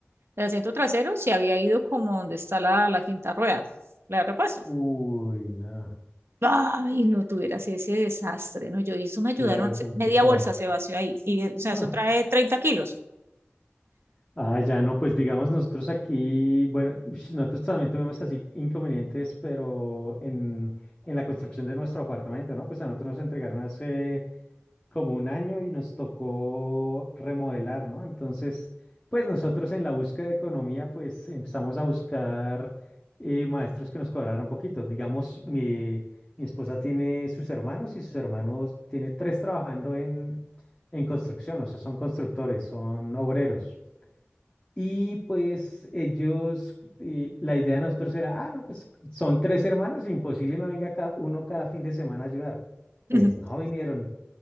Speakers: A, on the right; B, on the left.
A: el asiento trasero se había ido como donde está la, la quinta rueda, la de repuesto.
B: Uy, nada.
A: Ay, no tuvieras ese desastre, ¿no? Yo, y eso me ayudaron,
B: Claro,
A: se-
B: complicado.
A: media bolsa se vació ahí, y eh, o sea,
B: Ah,
A: eso trae treinta kilos,
B: Ah, ya no, pues digamos nosotros aquí, bueno, ush, nosotros también tuvimos así inconvenientes, pero en, en la construcción de nuestro apartamento, ¿no? Pues a nosotros nos entregaron hace como un año y nos tocó remodelar, ¿no? Entonces, pues nosotros en la búsqueda de economía, pues empezamos a buscar eh, maestros que nos cobraran poquito. Digamos, mi, mi esposa tiene sus hermanos y sus hermanos tiene tres trabajando en, en construcción, o sea, son constructores, son obreros. Y pues ellos, eh, la idea de nosotros era, ah, no, pues son tres hermanos, imposible no venga cada, uno cada fin de semana a ayudar.
A: <laughs>
B: Pues no vinieron,